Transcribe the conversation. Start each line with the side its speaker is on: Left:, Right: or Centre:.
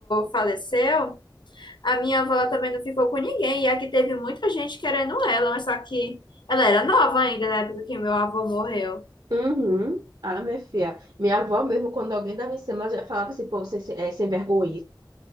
Left: faleceu, a minha avó ela também não ficou com ninguém. E aqui teve muita gente querendo ela, mas só que ela era nova ainda na época que meu avô morreu.
Right: Uhum. Ah, minha filha. Minha avó mesmo, quando alguém dava em cima, ela já falava assim, pô, você é sem vergonha